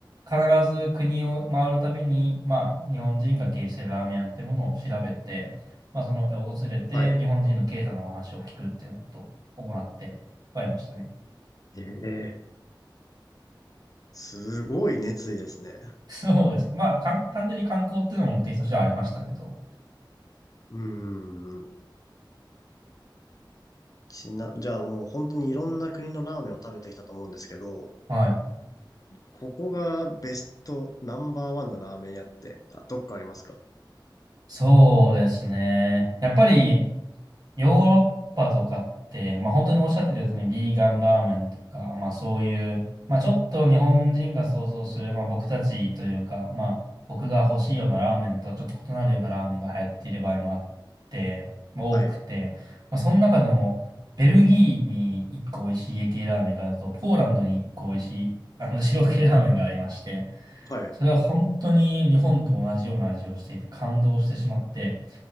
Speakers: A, on the right; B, on the left.
A: 必ず国を回るたびに、まあ、日本人が経営しているラーメン屋ってものを調べて、まあ、その、訪れて、
B: はい。
A: 日本人の経営者のお話を聞くっていうのと行ってはいましたね。
B: ええ。すごい熱意ですね。
A: そうですね。まあ、かん、単純に観光っていうのも目的としてはありましたけど。
B: うーん。ちな、じゃあもう本当にいろんな国のラーメンを食べてきたと思うんですけど、
A: はい。
B: ここがベストナンバーワンのラーメン屋って、あ、どっかありますか
A: そうですね。やっぱり、ヨーロッパとかって、まあ、本当におっしゃってたように、ビーガンラーメンとか、まあ、そういう、まあ、ちょっと日本人が想像する、まあ、僕たちというか、まあ、僕が欲しいようなラーメンとはちょっと異なるようなラーメンが流行っている場合もあって、まあ、多くて、
B: はい。
A: まあ、その中でも、ベルギーに1個美味しい家系ラーメンがあると、ポーランドに1個美味しい、あの、白系ラーメンがありまして、
B: はい。
A: それは本当に日本と同じような味をしていて、感動してしまって、